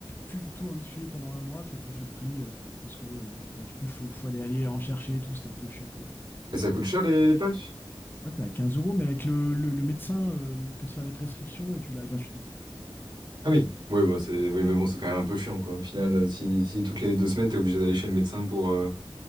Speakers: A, on the left; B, on the right.
A: plus du tout envie de fumer pendant un mois, puis après j'ai repris euh, parce que euh, bah, du coup, faut, faut aller, aller en chercher et tout, c'était un peu chiant quoi.
B: Mais ça coûte cher les, les patchs?
A: Ouais, t'es à 15 euros, mais avec le, le- le médecin, euh, il peut te faire des prescriptions et tu l'as gratuitement.
B: Ah oui, oui, bah, c'est, oui, mais bon, c'est quand même un peu chiant, quoi. Au final, euh, si, si toutes les deux semaines, t'es obligé d'aller chez le médecin pour, euh,